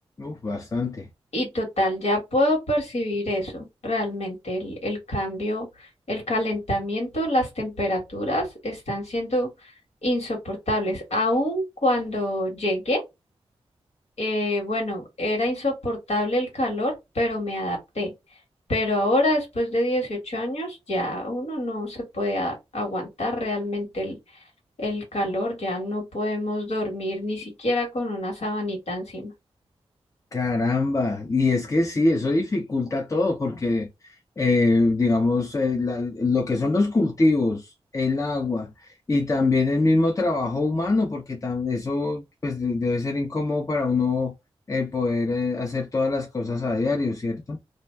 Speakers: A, on the left (about 30°); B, on the left (about 85°).
A: Uf, bastante.
B: y total, ya puedo percibir eso, realmente el, el cambio, el calentamiento, las temperaturas están siendo insoportables. Aun cuando llegué eh, bueno, era insoportable el calor, pero me adapté. Pero ahora, después de 18 años, ya uno no se puede a- aguantar realmente el, el calor, ya no podemos dormir ni siquiera con una sabanita encima.
A: Caramba, y es que sí, eso dificulta todo porque, eh, digamos, eh, la- lo que son los cultivos, el agua y también el mismo trabajo humano, porque tam- eso pues de- debe ser incómodo para uno eh, poder eh, hacer todas las cosas a diario, ¿cierto?